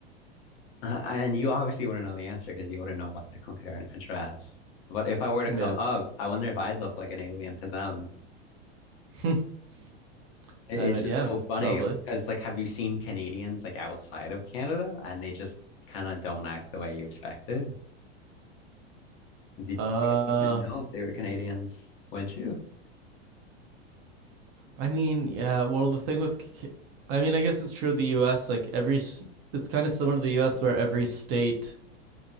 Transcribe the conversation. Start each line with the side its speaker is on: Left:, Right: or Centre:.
Left: uh, and you obviously wouldn't know the answer because you wouldn't know what to compare and contrast. But if I were to
Right: Yeah.
Left: come up, I wonder if I'd look like an alien to them
Right: <laughs>
Left: It's
Right: I don't.
Left: just
Right: Yeah,
Left: so funny
Right: probably.
Left: because, like, have you seen Canadians like outside of Canada and they just kind of don't act the way you expected? Did
Right: Uh,
Left: I guess you wouldn't know if they were Canadians, would you?
Right: I mean, yeah. Well, the thing with, I mean, I guess it's true of the U.S. Like every, it's kind of similar to the U.S. where every state,